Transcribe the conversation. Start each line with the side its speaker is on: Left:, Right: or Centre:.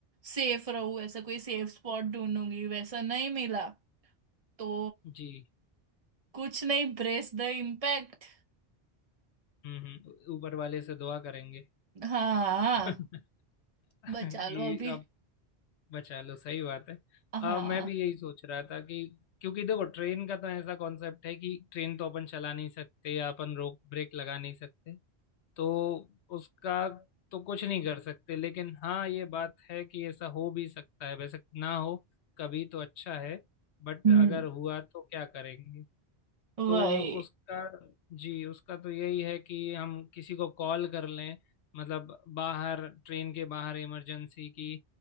Right: सेफ रहूं ऐसा कोई सेफ स्पॉट ढूंढूंगी वैसा नहीं मिला तो
Left: जी
Right: कुछ नहीं ब्रेस द इम्पैक्ट
Left: हम्म हम्म ऊपर वाले से दुआ करेंगे
Right: हाँ हाँ,
Left: <laughs> कि
Right: बचा लो अभी
Left: बचा लो सही बात है
Right: हाँ
Left: आ, मैं भी यही सोच रहा था कि क्योंकि देखो ट्रेन का तो ऐसा कॉन्सेप्ट है कि ट्रेन तो अपन चला नहीं सकते या अपन रोक ब्रेक लगा नहीं सकते तो उसका तो कुछ नहीं कर सकते लेकिन हाँ ये बात है कि ऐसा हो भी सकता है वैसे ना हो कभी तो अच्छा है बट
Right: हम्म
Left: अगर हुआ तो क्या करेंगे
Right: वही
Left: तो उसका जी उसका तो यही है कि हम किसी को कॉल कर लें मतलब बाहर ट्रेन के बाहर इमरजेंसी की